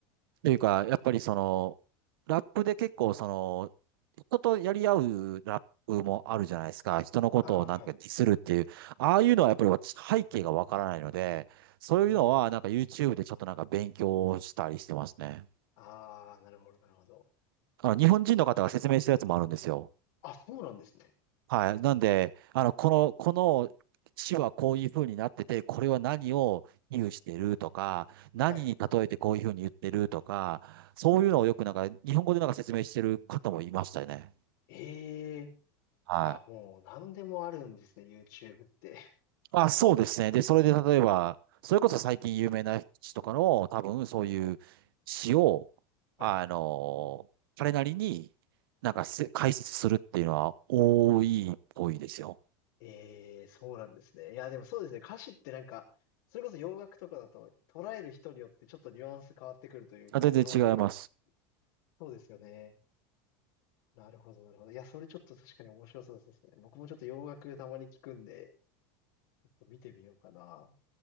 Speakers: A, on the right (about 80°); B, on the left (about 60°).
A: というかやっぱりその、ラップで結構その、人とやり合うラップもあるじゃないですか。人のことをなんかディスるっていう。
B: ああはい。
A: ああいうのはやっぱり私背景がわからないので、そういうのはなんか
B: うん
A: YouTube でちょっとなんか勉強したりしてますね。
B: ああ、なるほど、なるほど。
A: あの、日本人の方が説明してるやつもあるんですよ。
B: あ、そうなんですね。
A: はい。なんで、あの、この、この市はこういう風になってて、これは何を比喩してるとか、何に例えてこういう風に言ってるとか、
B: はい。
A: そういうのをよくなんか、日本語でなんか説明してる方もいましたよね。
B: ええ
A: はい。
B: あ、もう何でもあるんですね、YouTube って。
A: あ、そうですね。で、それで例えば、それこそ最近有名な詩とかの、多分そういう詩を、
B: はい
A: あの、彼なりになんかせ解説するっていうのは多いっぽいですよ。
B: ええそうなんですね。いや、でもそうですね。歌詞ってなんか、それこそ洋楽とかだと捉える人によってちょっとニュアンス変わってくるというか、
A: あ、全然違います。
B: 日本語に訳す。そうですよね。なるほど、なるほど。いや、それちょっと確かに面白そうですね。僕もちょっと洋楽たまに聞くんで、ちょっと見てみようかな。